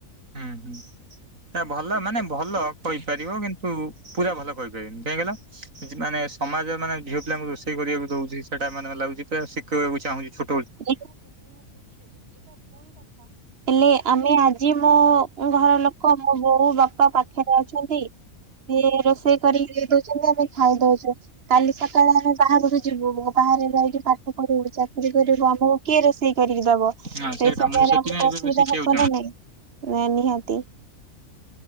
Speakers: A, on the right (about 65°); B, on the right (about 45°).
A: ହୁଁ ହୁଁ। ଏ ଭଲ ମାନେ ଭଲ କହିପାରିବ କିନ୍ତୁ ପୁରା ଭଲ କହିପାରିବିନି କାହିଁକିଲ? ମାନେ ସମାଜ ମାନେ ଝିଅ ପିଲାଙ୍କୁ ରୋଷେଇ କରିବାକୁ ଦଉଛି ସେଟା ମାନେ ଲାଗୁଛି ଶିଖେଇବାକୁ ଚାହୁଁଛି ଛୋ
B: <unintelligible> ହେଲେ ଆମେ ଆଜି ମୋ ଘର ଲୋକ ମୋ ବୋଉ ବାପା ପାଖରେ ଅଛନ୍ତି। ସିଏ ରୋଷେଇ କରିକି ଦେଇ ଦଉଛନ୍ତି ଆମେ ଖାଇ ଦଉଛୁ କାଲି ସକାଳେ ଆମେ ବାହାରକୁ ଯିବୁ ବାହାରେ ଯାଇକି ପାଠ ପଢିବୁ ଚାକିରି କରିବୁ ଆମ କିଏ ରୋଷେଇ କରିକି ଦବ ସେଇ
A: ହଁ ସେଇଟା
B: ସମୟରେ
A: ମୁଁ ସେଥିପାଇଁ
B: ଆମକୁ ଅସୁବିଧା
A: ଏବେ ଶିଖିବାକୁ
B: ହବ ନା ନାଇଁ ନିହାତି।